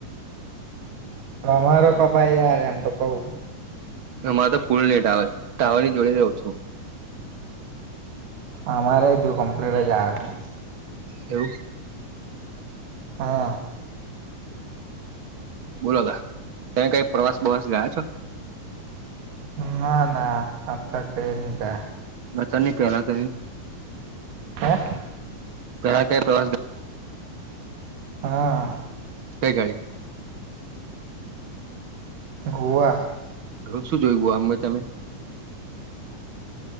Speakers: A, on the right (about 80°); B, on the right (about 60°).
A: અમારો પપા યાર એમ તો કું
B: હરે તો ફૂલ હીટાવર ટાવર ની જોડી રહઉ છું
A: અમારે જો કમ્પ્લીટ જ આવે છે
B: એવું
A: હા
B: બોલો તમે કઈ પ્રવાસ બવાસ ગયા છો
A: ના ના આ ક ન કા
B: ના ચનેકલા ક
A: હે
B: <unintelligible>
A: હા
B: ક ગ ઈ
A: ગોવા
B: ઘ શું જોઈ ગું અમે તમે